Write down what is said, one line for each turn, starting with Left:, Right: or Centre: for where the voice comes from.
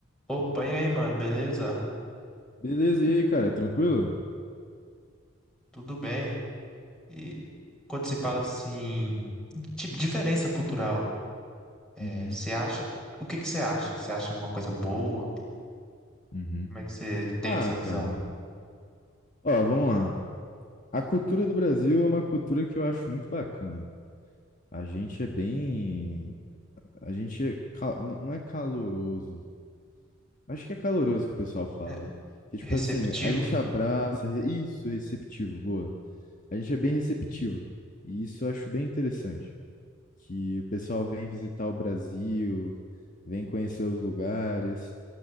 Centre: Opa, e aí, mano, beleza?
Left: Beleza, e aí, cara, tranquilo?
Centre: Tudo bem? E quando se fala assim, tipo, diferença cultural, é,
Left: Uhum,
Centre: você acha, o que que você acha? Você acha uma coisa boa?
Left: uhum.
Centre: Como é que você tem
Left: Ah,
Centre: essa visão?
Left: cara. Ó, vamos lá. A cultura do Brasil é uma cultura que eu acho muito bacana. A gente é bem. A gente é cal- n- não é caloroso. Acho que é caloroso que o pessoal fala,
Centre: É
Left: né? Que tipo
Centre: receptiva?
Left: assim, a gente abraça. re- Isso, receptivo, boa. A gente é bem receptivo. E isso eu acho bem interessante. Que o pessoal vem visitar o Brasil, vem conhecer os lugares.